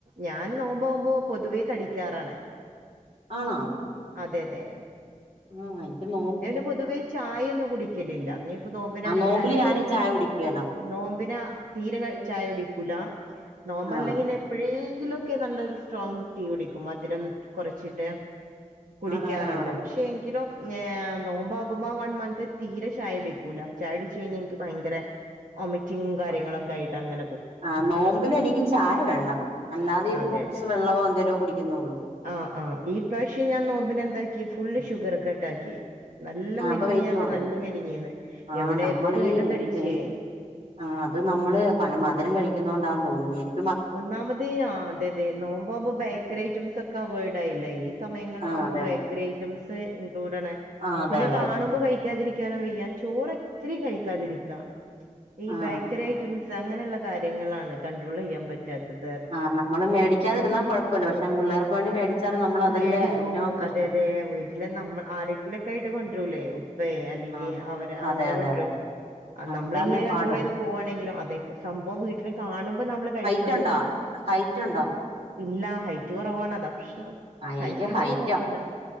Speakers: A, on the right; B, on the right.
A: ഞാന് നോമ്പാവുമ്പോ പൊതുവേ തടിക്കാറാണ്
B: ആണോ
A: അതെ അതെ
B: ആഹ് എനിക്ക് നോ
A: ഞാൻ പിന്നെ പൊതുവേ ചായ ഒന്നും കുടിക്കലില്ല ഇനീ ഇപ്പൊ നോമ്പിനാണെങ്കിലും
B: ആഹ് നോമ്പില്
A: അല്ലെ
B: ഞാനും ചായ കുടിക്കേല്ല
A: നോമ്പിന തീരെ ചായ കുടിക്കൂല്ല നോമ്പ
B: ആഹ്
A: അല്ലെങ്കി പിന്നെ എപ്പോഴേങ്കിലൊക്കെ നല്ലൊരു സ്ട്രോങ് ടീ കുടിക്കും മധുരം കൊറച്ചിട്ടെ കുടിക്ക്യാറുള്ളൂ
B: ആഹ് ആഹ്
A: പക്ഷെ എങ്കിലും <unintelligible> ആഹ് നോമ്പാവുമ്പോ മാ വൺ മന്ത് തീരെ ചായ ഉടിക്കൂല ചായ കുടിച്ചു കഴിഞ്ഞാൽ ഇൻക്ക് ഭയങ്കര ഒമിറ്റിംഗ് കാര്യങ്ങളൊക്ക
B: ആഹ്
A: ആയിട്ടങ്ങനെ
B: ആഹ് നോമ്പില് എനിക്കും ചായ വേണ്ട അല്ലാതെ ഈ
A: അതെ
B: ഫ്രൂട്ട്സ്
A: അതെ
B: വെള്ളമോ എന്തേലോക്കെ കുടിക്കുന്നേ ഉള്ളൂ
A: ആഹ് ആഹ് ഈ പ്രാവശ്യം ഞാൻ നോമ്പിന് എന്താക്കി ഫുള്ള് ഷുഗർ കട്ട ആക്കി നല്ല
B: ആഹ്
A: മലിഞ്ഞി
B: അപ്പൊ വെയിറ്റ്
A: അറ്ഞ്ഞ
B: കുറഞ്ഞു
A: നല്ല മെലിഞ്ഞീന്ന്
B: ആഹ്
A: എവിടെ
B: നമ്മളീ
A: ഇപ്പൊ വീണ്ടും തടിച്ച്യേ
B: വെയി ആഹ് അത് നമ്മള് പന മധുരം കഴിക്കുന്ന കൊണ്ടാെന്ന് തോന്നിയേനി
A: ഒന്നാമത് ആഹ് അതെ അതെ നോമ്പ് ആവുമ്പൊ ബേക്കറി ഐറ്റംസ് ഒക്കെ അവയ്ഡ് ആയില്ലേ ഈ സമയങ്ങളിലാകുമ്പം
B: ആഹ് അതെ
A: ബേക്കറി
B: അതെ
A: ഐറ്റംസ് ഇൻക്ലൂഡ് ആണ്
B: ആഹ് അതെ
A: പിന്നെ
B: അതെ
A: കാണുമ്പോ
B: അതെ
A: കഴി കഴിക്കാതിരിക്കാനും വയ്യ ചോറ് എത്ത്രിം കഴിക്കാതിരിക്ക ഈ ബേ
B: ആഹ്
A: ബേക്കറി
B: ആഹ് ആഹ്
A: ഐറ്റംസ് അങ്ങനെയുള്ള കാര്യങ്ങളാണ് കൺണ്ട്രോള് ചെയ്യാൻ പ പറ്റാത്തത്
B: ആഹ് നമ്മള് മേടിക്കാതിരുന്നാ കൊഴപ്പല്ല പക്ഷെ പിള്ളേർക്ക് വേണ്ടി മേടിച്ചാല് നമ്മള് അതല്ലേ
A: വേടിക്കും
B: ഏറ്റവും പ്രശ്
A: അതെ അതെ വീട്ടില് നമ്മൾ ആരെങ്കിലും ഒക്കെ ആയിട്ട് കൊണ്ട്‌രൂലെ ഉപ്പേ അല്ലെങ്കി
B: ആഹ്
A: അവര് അങ്ങനെ
B: അതെ അതെ
A: കൊണ്ടുരും
B: അതെ
A: അഹ്
B: ആഹ്
A: നമ്മളെങ്ങനെ
B: അതാന്നേ
A: കണ്ട്രോൾ
B: പാട്
A: ചെയ്ത് പോവാണെങ്കിലും അതെ സംഭവം വീട്ടില് കാണുമ്പോ നമ്മള് കഴിച്ചു
B: റ്റ് ഉണ്ടോ ഹൈറ്റ് ഉണ്ടോ
A: ഇല്ല ഹൈറ്റ് കുറവാണ് അതാ പ്രശ്നം
B: എനിക്ക്
A: ഹൈറ്റ് ഇണ്ടെങ്കി
B: ഹൈറ്റാ
A: കൊഴപ്പല്ല